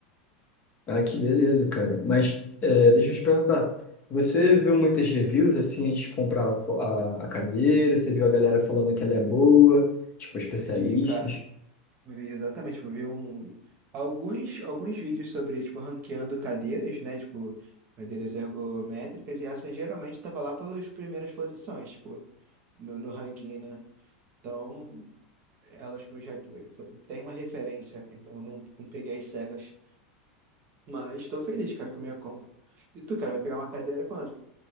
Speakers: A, on the left; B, on the right.
A: Ah, que beleza,
B: Hum.
A: cara. Mas é, deixa eu te perguntar. Você viu muitas reviews assim antes de comprar a, fo- a a cadeira? Você viu a galera falando que ela é boa? Tipo, especialistas?
B: Eu Vi, cara, eu vi exatamente, tipo, eu vi um, alguns, alguns vídeos sobre, tipo, ranqueando cadeiras, né? Tipo, cadeiras ergométricas, e essa geralmente tava lá pelas primeiras posições, tipo, no, no ranking, né? Então, elas, tipo, já tem uma referência, né? Então, eu não, não peguei as cegas, mas estou feliz, cara, com a minha compra. E tu, cara, vai pegar uma cadeira quando?